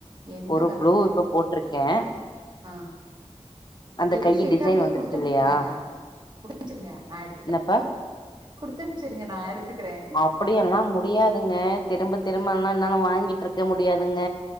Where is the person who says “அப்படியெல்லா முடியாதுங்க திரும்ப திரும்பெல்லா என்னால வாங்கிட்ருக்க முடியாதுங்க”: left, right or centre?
Left